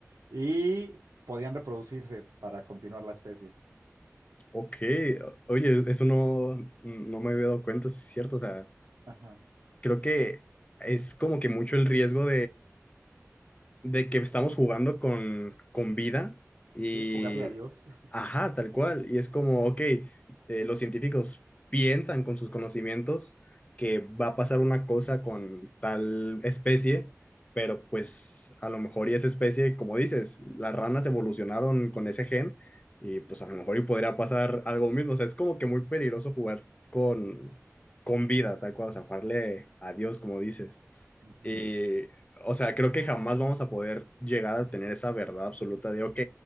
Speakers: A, on the right; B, on the left.
A: y podían reproducirse para continuar la especie.
B: Ok, oye, eso no, no me había dado cuenta, sí es cierto,
A: <laughs>
B: o sea,
A: Ajá.
B: creo que es como que mucho el riesgo de que estamos jugando con, con vida y,
A: Sí, es jugarle a Dios.
B: ajá, tal cual. Y es como, ok, eh, los científicos piensan con sus conocimientos que va a pasar una cosa con tal especie, pero pues a lo mejor y esa especie, como dices, las ranas evolucionaron con ese gen y pues a lo mejor y podría pasar algo mismo. O sea, es como que muy peligroso jugar con, con vida, tal cual, o sea, jugarle a Dios, como dices.
A: Ujú.
B: Y, o sea, creo que jamás vamos a poder llegar a tener esa verdad absoluta de, ok,